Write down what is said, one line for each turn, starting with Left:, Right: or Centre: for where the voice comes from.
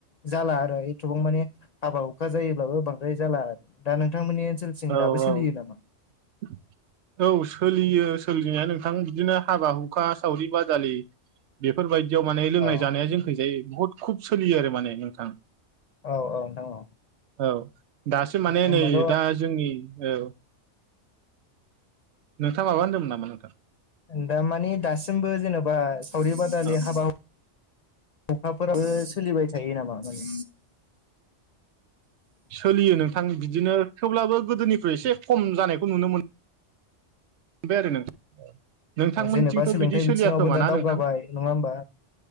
Left: जाला आरो एथबां माने हाबा हुखा जायोब्लाबो बांद्राय जाला आरो दा नोंथांमोननि ओनसोल जों
Right: औ
Left: दाबो सोलियो
Right: औ
Left: नामा
Right: <inaudible> औ सोलियो सोलिनाया नोंथां बिदिनो हाबा हुखा सावरि बादालि बेफोरबायदियाव माने लोंनाय
Left: औ
Right: जानाया जोंखैजायो बुहुद खुब सोलियो आरो माने नोंथां
Left: औ औ नोंथां औ
Right: औ दासो माने
Left: होमबाथ'
Right: नै दा जोंनि औ नोंथाङ माबा होनदों नामा नोंथां
Left: दामानि दासिमबो जेन'बा सावरि बादालि
Right: औ
Left: हाबा अखाफोराबो सोलिबाय थायो नामा माने
Right: सोलियो नोंथां बिदिनो थेवब्लाबो गोदोनिफ्राय एसे खम जानायखौ नुनो मोनो मोनबाय आरो नोंथां नोंथांमोनथिंथ'
Left: जेनेबा सोलोंथाइ
Right: बिदि सोलिया
Left: बिथिङावबो
Right: खोमा
Left: दा
Right: ना
Left: दावगाबाय
Right: नोंथां
Left: नङा होमबा